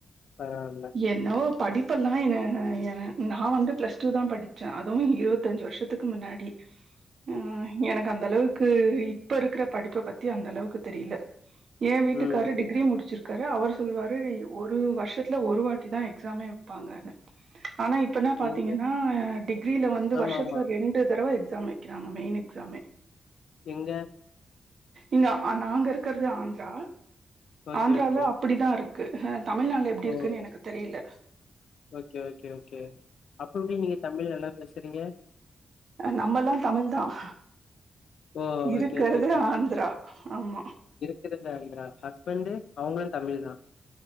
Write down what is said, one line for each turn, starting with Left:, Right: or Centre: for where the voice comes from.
Left: பரவால்ல
Right: என்னவோ படிப்பெல்லா என நா வந்து பிளஸ் டூ தா படிச்ச அதுவு இருவத்தஞ்சு வர்ஷத் துக்கு முன்னாடி
Left: <inaudible>
Right: ம் எனக்கு அந்த அளவுக்கு இப்ப இருக்கிற படிப்ப பத்தி அந்த அளவுக்கு தெரில ஏ வீட்டுக்காரு
Left: ம் ம்
Right: டிகிரி முடிச்சிர்க்காரு அவர்ஸ் சொல்வாரு ஒரு வருஷத்ல ஒரு வாட்டிதா எக்ஸாமே வெப்பாங்கனு ஆனா இப்பனா பாத்தீங்கன்னா
Left: எங்க
Right: டிகிரில வந்து
Left: ஆமா
Right: வருஷத்துல
Left: ஆமா
Right: ரெண்டு தடவ எக்ஸாம் வெக்கிறாங்க மெயின் எக்ஸாமே
Left: எங்க
Right: இங்க ஆ நாங்க இருக்கறது ஆந்திரா
Left: ஓகே
Right: ஆந்திரால
Left: ஓகே
Right: அப்படிதா இரு க்கு தமிழ்நாள்ல எப்டி
Left: ஓ
Right: இருக்குன்னு எனக்கு தெரில
Left: ஓகே ஓகே ஓகே அப்பெப்டி நீங்க தமிழ் நல்லா பேசறீங்க?
Right: நம்மெல்லா தமிழ்தான்
Left: ஓ!
Right: இருக்கறது
Left: Okay, okay.
Right: ஆந்திரா ஆமா
Left: இருக்கறது ஆந்திரா ஹஸ்பண்ட்டு அவுங்களு தமிழ்தான்